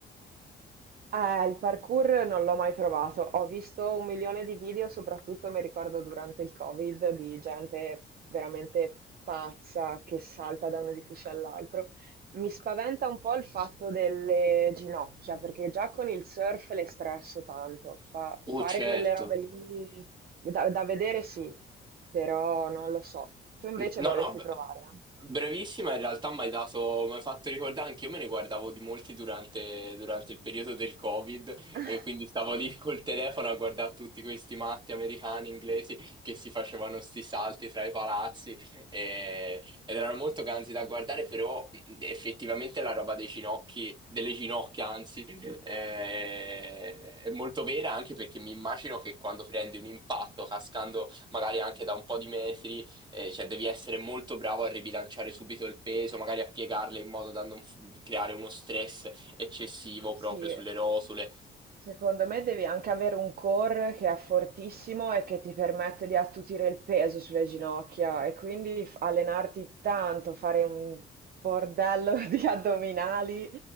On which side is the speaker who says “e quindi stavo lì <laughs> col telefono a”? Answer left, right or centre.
Right